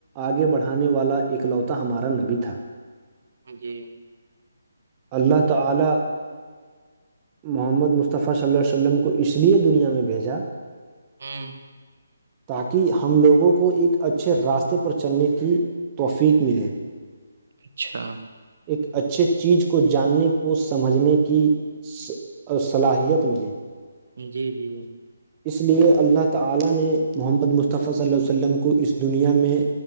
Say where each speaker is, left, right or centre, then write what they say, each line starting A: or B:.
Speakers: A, on the right; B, on the right.
A: آگے بڑھ والا اکلوتا ہمارا نبی تھا
B: جی
A: اللہ تعاللی محمد مصطفی صلی ال عیہ وسلم کو اس لیے دنیا میں بھیجا
B: ہاں
A: تاکہ ہم لوگوں کو ایک اچھے راستے پر چلنے کی توفیق ملے
B: اچھا
A: ایک اچھے چیز کو جاننے کو سمجھنے کی اور صلاحیت ملے
B: جی جی
A: اس لیے اللہ تعالی نے محمد مصطفی صلی ال عیہ وسلم کو اس دنیا میں